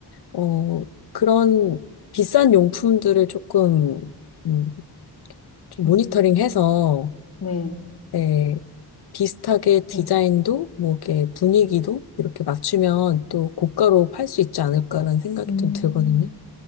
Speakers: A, on the left; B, on the left.
A: 어 그런 비싼 용품들을 조금 음, 좀
B: 음,
A: 모니터링해서
B: 네.
A: 네, 비슷하게 디자인도
B: 네.
A: 뭐 이렇게 분위기도 이렇게 맞추면 또 고가로 팔 수 있지 않을까라는 생각이
B: 음,
A: 좀 들거든요.